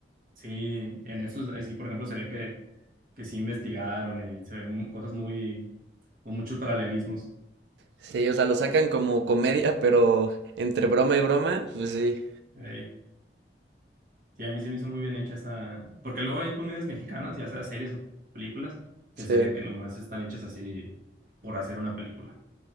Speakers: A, on the right; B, on the right.
A: sí, en eso, eh, sí, por ejemplo, se ve que, que sí investigaron y se ven mu- cosas muy, con muchos paralelismos.
B: Sí, o sea, lo sacan como comedia, pero entre broma y broma, pues sí.
A: Ey, Sí, a mí se me hizo muy bien hecha esa, porque luego hay comedias mexicanas, ya sea series o películas,
B: Sí,
A: que se ve que nomás están hechas así por hacer una película.